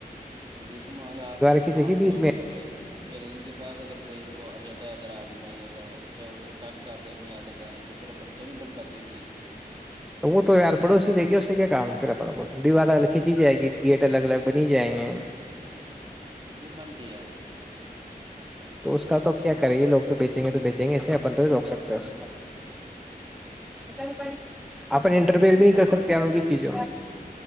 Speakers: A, on the right (about 30°); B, in the centre.
A: بجی شمال آپ
B: کھینچے
A: آپ
B: گی بیچ
A: لوگ
B: میں
A: ہے پھر ان کے پاس اگر کوئی وہ آ جاتا ہے ادر آدمی آ جاتا ہے یا ادھر کاسٹ کا آدمی آ جاتا ہے تو پھر اپن تھوڑی بن پاتی ہے اس چیز سے
B: تو وہ تو یار پڑوسی دے گی اس سے کیا کام ہے پیرا پڑ کو دیوار کھینچی جائے گی گیٹ الگ الگ بنی جائیں گے
A: نہیں بنتی ہے یار پھر بھی
B: تو اس کا تو کیا کریں گے لگ تو بیچیں گے تو بیچ جیں گے اس میں اپن تو
A: میرے
B: روک سکتے ہیں اس کو <unintelligible> اپن انٹرفیئر بھی نہیں
A: پاپا
B: کر سکتے
A: سے
B: ہیں ان کی چیزوں میں